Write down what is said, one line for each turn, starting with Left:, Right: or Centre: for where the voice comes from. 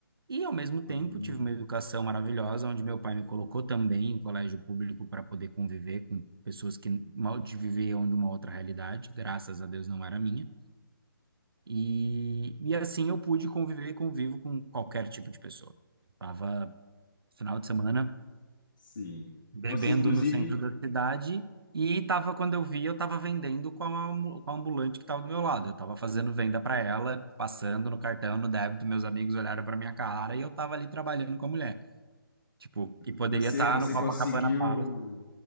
Right: E, ao mesmo tempo,
Left: <laughs>
Right: tive uma educação maravilhosa, onde meu pai me colocou também em colégio público para poder conviver com pessoas que mal de viviam de uma outra realidade, graças a Deus não era a minha. E, e assim eu pude conviver e convivo com qualquer tipo de pessoa. Tava final de semana
Left: Sim.
Right: bebendo
Left: Você, inclusive,
Right: no centro da cidade. E tava, quando eu vi, eu tava vendendo com a, ambu- com a ambulante que tava do meu lado. Eu tava fazendo venda para ela, passando no cartão, no débito. Meus amigos olharam para minha cara e eu tava ali trabalhando com a mulher. Tipo, e poderia
Left: você,
Right: estar
Left: você
Right: no Copacabana
Left: conseguiu,
Right: Palace.